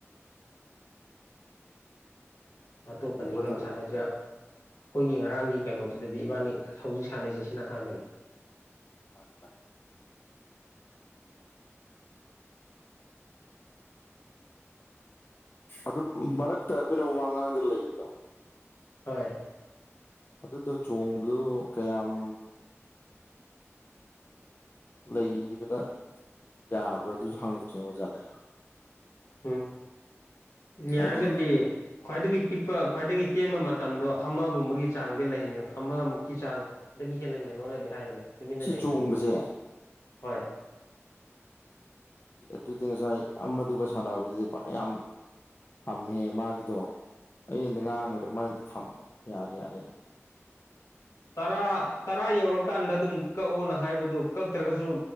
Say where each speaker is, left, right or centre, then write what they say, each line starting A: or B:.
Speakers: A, on the left; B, on the left.
A: ꯑꯇꯣꯞꯄꯗꯤ
B: ꯌꯧꯒꯗꯧꯔꯦ
A: ꯀꯩꯝ ꯁꯥꯟꯅꯗ꯭ꯔꯤ ꯑꯩꯈꯣꯏꯒꯤ ꯉꯔꯥꯡꯒꯤ ꯀꯩꯅꯣꯁꯤꯗꯗꯤ ꯏꯕꯥꯅꯤ ꯍꯧꯖꯤꯛ ꯁꯥꯟꯅꯩꯁꯦ ꯁꯤꯅ ꯑꯍꯥꯟꯕꯅꯤ
B: ꯃꯥꯅꯤ ꯃꯥꯅꯤ ꯑꯗꯨꯝ ꯃꯔꯛꯇ ꯑꯩꯈꯣꯏꯅ ꯋꯥ ꯉꯥꯡꯗꯅ ꯂꯩꯕꯗꯣ
A: ꯍꯣꯏ
B: ꯑꯗꯨꯗꯨ ꯆꯣꯡꯕꯗꯨ ꯀꯌꯥꯝ ꯂꯩꯔꯒ ꯌꯥꯕ꯭ꯔꯣ ꯑꯗꯨꯁꯨ ꯍꯪ <unintelligible> ꯑꯣꯖꯥꯗ
A: ꯎꯝ ꯌꯥꯔꯒꯗꯤ
B: ꯍꯥꯏꯗꯤ
A: ꯈ꯭ꯋꯥꯏꯗꯒꯤ ꯄꯤꯛꯄ ꯈ꯭ꯋꯥꯏꯗꯒꯤ ꯇꯦꯟꯕ ꯃꯇꯝꯗꯣ ꯑꯃꯒꯨꯝꯕꯒꯤ ꯆꯥꯡꯗꯤ ꯂꯩꯍꯟꯒꯅ ꯑꯃꯃꯨꯛꯀꯤ ꯆꯥꯡ ꯗꯒꯤ ꯍꯦꯜꯍꯟꯒꯅꯣꯅꯗꯤ ꯍꯥꯏꯕꯅꯦ ꯇꯨꯃꯤꯟꯅ
B: ꯁꯤ
A: ꯂꯩꯕꯗꯣ
B: ꯆꯣꯡꯕꯁꯦ
A: ꯍꯣꯏ
B: ꯑꯦ ꯑꯗꯨꯗꯤ ꯉꯁꯥꯏ ꯑꯃꯗꯨꯒ ꯁꯥꯟꯅꯕꯗꯨꯗꯤ ꯐꯅꯌꯥꯝ ꯊꯝꯃꯦꯍꯦ ꯃꯥꯒꯤꯗꯣ ꯑꯩꯅꯗꯤ ꯉꯥꯡꯕꯗ ꯃꯥꯅꯗꯤ ꯊꯝꯕ ꯌꯥꯅꯤ ꯌꯥꯅꯤꯅ
A: <inaudible> ꯇꯔꯥ ꯇꯔꯥ ꯌꯧꯔꯀꯥꯟꯗ ꯑꯗꯨꯝ ꯀꯛꯑꯣꯅ ꯍꯥꯏꯕꯗꯣ ꯀꯛꯇ꯭ꯔꯒꯁꯨ